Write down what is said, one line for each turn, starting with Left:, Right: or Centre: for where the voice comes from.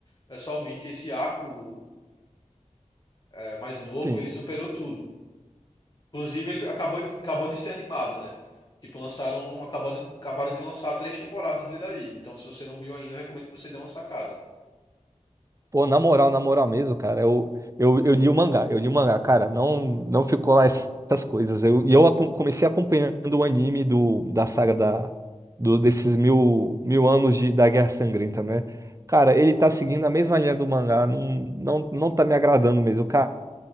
Left: pessoalmente, esse arco é, mais novo,
Right: sim.
Left: ele superou tudo. Inclusive, ele acabou, de- acabou de ser animado, né? Tipo, lançaram, acabou de- acabaram de lançar três temporadas dele aí. Então, se você não viu ainda, eu recomendo que você dê uma sacada.
Right: Pô, na moral, na moral mesmo, cara, eu, eu, eu li o mangá, eu li o mangá, cara, não, não ficou lá essas coisas. Eu, e eu acom- comecei acompanhando o anime do, da saga da, do, desses mil, mil anos de, da Guerra Sangrenta, né? Cara, ele tá seguindo a mesma linha do mangá, não, não, não tá me agradando mesmo, cara.